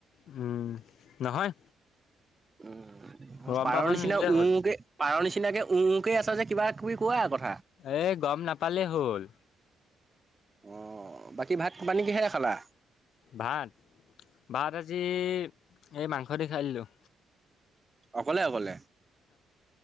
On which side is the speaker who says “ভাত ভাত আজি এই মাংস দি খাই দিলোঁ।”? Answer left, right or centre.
Left